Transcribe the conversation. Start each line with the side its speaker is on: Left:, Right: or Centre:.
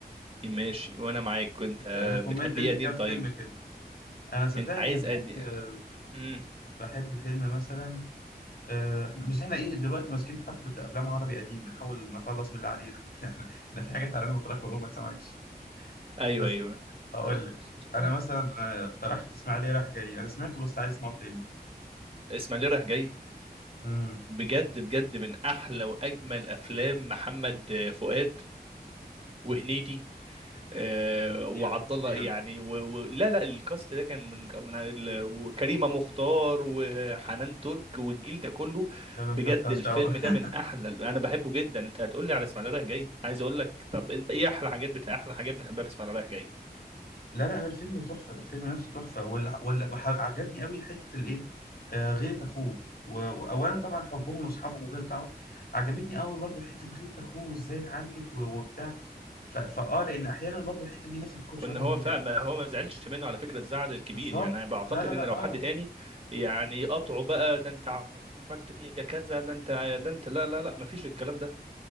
Right: ماشي وانا معاك كنت آه،
Left: ريكومند
Right: بتحب
Left: انت
Right: ايه يا قديم
Left: كام فيلم
Right: طيب
Left: كده انا صدقني
Right: انت عايز
Left: بحب
Right: ادي
Left: آه،
Right: امم
Left: بحب فيلم مثلا آه، إحنا- بس احنا ايه دلوقتي ماسكين حقبة افلام عربي قديم بنحاول نخلص من اللي علينا <laughs> احنا احنا في حاجات علينا متراكمة قوي ما اتسمعتش
Right: ايوه
Left: بس
Right: ايوه
Left: اقول
Right: آه.
Left: لك انا
Right: آه.
Left: مثلا آه، اقترحت اسماعيلية رايح جاي انا سمعته بس عايز اسمعه تاني
Right: اسماعيليه رايح جاي
Left: امم
Right: بجد بجد من احلى واجمل افلام محمد فؤاد وهنيدي آه وعبد
Left: خطير خطير
Right: الله يعني و... و... لا لا الكاست ده كان من من ال... وكريمه مختار وحنان ترك والجيل ده كله
Left: ده انت
Right: بجد
Left: بتاع
Right: الفيلم
Left: شقة <laughs>
Right: ده من احلى انا بحبه جدا انت هتقول لي على اسماعيليه رايح جاي عايز اقول لك طب انت ايه احلى حاجات بت... احلى حاجات بتحبها في اسماعيليه رايح جاي
Left: لا لا الفيلم تحفة الفيلم نفسه تحفة ولا ولا وح- عجبني قوي حتة الإيه آه غيرة أخوه و- وأولا طبعا حبهم وأصحابهم وغير بتاعه عجبتني قوي برضو حتة غيرة أخوه وإزاي اتعالجت و- وبتاع ف- فأه لأن أحيانا برضو الحتة دي ناس ما بتاخدش
Right: وان
Left: بالهم
Right: هو
Left: منها
Right: فاهم ما هو ما زعلش منه على فكره الزعل الكبير
Left: بالظبط
Right: يعني انا بعتقد
Left: لا لا لا
Right: ان لو
Left: أه
Right: حد تاني يعني يقطعه بقى ده انت عملت فيا كذا ده انت ده انت لا لا لا ما فيش الكلام ده